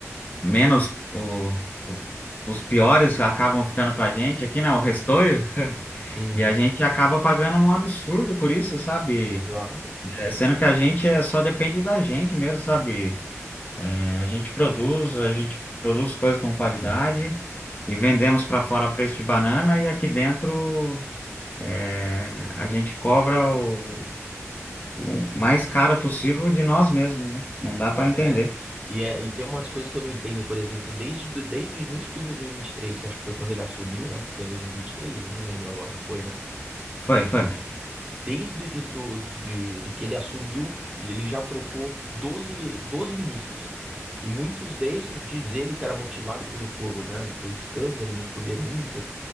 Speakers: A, on the left; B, on the right.
A: menos, o- o- os piores acabam ficando com a gente aqui, né? O restolho.
B: Uhum,
A: E a gente acaba pagando um absurdo por isso, sabe?
B: exato.
A: É, sendo que a gente é, só depende da gente mesmo, sabe? É, a gente produz, a gente produz coisas com qualidade e vendemos para fora a preço de banana e aqui dentro é, a gente cobra o, o mais caro possível de nós mesmos, né? Não dá
B: Não,
A: para
B: É,
A: entender.
B: e, é, e tem umas coisas que eu não entendo, por exemplo, desde, desde o início de 2023, que acho que foi quando ele assumiu, né? Foi em 2023, eu não lembro agora, foi, né?
A: Foi, foi.
B: Desde de, do- de- de que ele assumiu, ele já trocou doze ve- 12 ministros. E muitos desses diz ele que era motivado por, por, né, por escândalos, por denúncias.